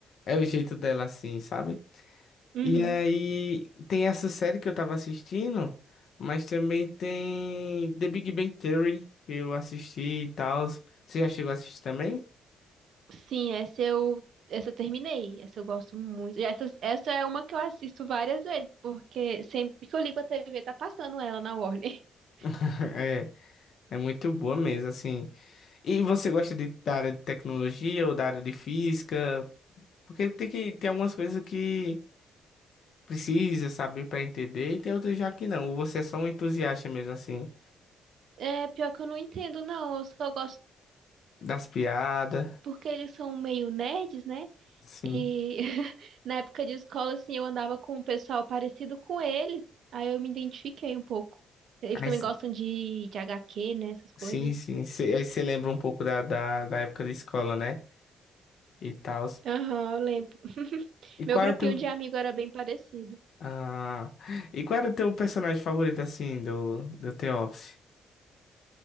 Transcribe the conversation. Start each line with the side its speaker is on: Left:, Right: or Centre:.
Left: é o jeito dela, assim, sabe?
Right: Uhum.
Left: E aí tem essa série que eu tava assistindo, mas também tem The Big Bang Theory que eu assisti e tal. Você já chegou a assistir também?
Right: Sim, essa eu, essa eu terminei. Essa eu gosto muito. Essa, essa é uma que eu assisto várias vezes, porque sempre que eu ligo a TV tá passando ela na Warner. <laughs>
Left: <laughs> É, é muito boa mesmo, assim. E você gosta de, da área de tecnologia ou da área de física? Porque tem que tem algumas coisas que precisa saber para entender e tem outras já que não. Ou Você é só um entusiasta mesmo assim
Right: É, pior que eu não entendo, não. Eu só gosto
Left: das piadas,
Right: porque eles são meio nerds, né?
Left: sim.
Right: E <laughs> na época de escola, assim, eu andava com um pessoal parecido com eles. Aí eu me identifiquei um pouco. Eles
Left: Aí,
Right: também
Left: s-
Right: gostam de, de HQ, né? Essas coisas.
Left: sim, sim. Cê- aí você lembra um pouco da, da, da época de escola, né? E tal.
Right: Aham, eu lembro. <laughs>
Left: E qual
Right: Meu grupinho
Left: é teu
Right: de amigo era bem parecido.
Left: ah, e qual era o teu personagem favorito assim do do The Office?